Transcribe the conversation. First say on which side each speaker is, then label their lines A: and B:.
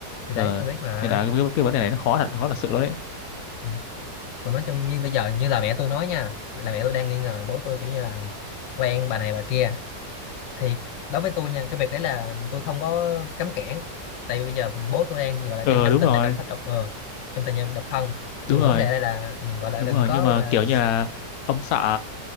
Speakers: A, on the left; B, on the left.
A: thì đấy
B: Ờ,
A: tôi biết mà
B: nên là cái, cái vấn đề này nó khó thật khó thật sự luôn đấy
A: Ừ. còn nói chung như bây giờ như là mẹ tôi nói nha là mẹ tôi đang nghi ngờ bố tôi kiểu như là quen bà này bà kia thì đối với tôi nha cái việc đấy là tôi không có cấm cản tại vì bây giờ bố tôi đang gọi là
B: ờ
A: đang trong
B: đúng
A: tình
B: rồi
A: trạng độc thân độc ờ, trong tình trạng độc thân
B: đúng
A: nhưng
B: rồi
A: mà vấn đề đây là ừ, gọi là
B: đúng
A: đừng
B: rồi
A: có
B: nhưng mà
A: gọi là
B: kiểu như là ông sợ